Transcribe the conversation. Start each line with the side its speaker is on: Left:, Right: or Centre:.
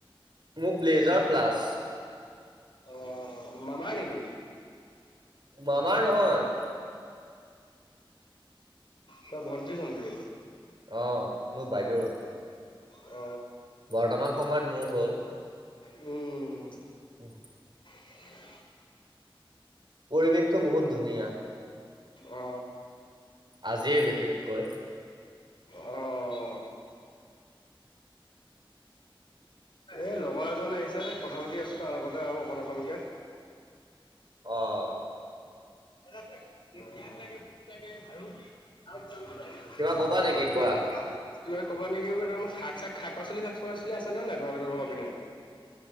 Right: মোক প্লেজাৰ প্লাছ।
Left: অ মামাৰ নিকি?
Right: মামাৰ নহয়।
Left: ত ভণ্টীৰ সন্তিৰ
Right: আহ মোৰ বাইদেউ।
Left: অ।
Right: বৰ্তমান সময়ত মোৰ হ'ল।
Left: উম।
Right: <inaudible>
Left: <inaudible>
Right: পৰিৱেশটো বহুত ধুনীয়া।
Left: অ।
Right: আজিৰ বিশেষকৈ
Left: আহ। এই লগৰ এজন আহিছে কথা পাতি আছো তাৰ লগতে আৰু। অণখনকে।
Right: অ'
Left: লাগে ইয়াক লাগে মোক লাগে আৰু আৰু।
Right: কিবা
Left: <unintelligible>
Right: ক'বা নেকি
Left: বাকী,
Right: কোৱা?
Left: কিবা কবা নেকি মই শাক। চাক শাক পাচলি শাক পাচলি আছেনে নাই তোলোকৰ ঘৰ পিনে। <unintelligible>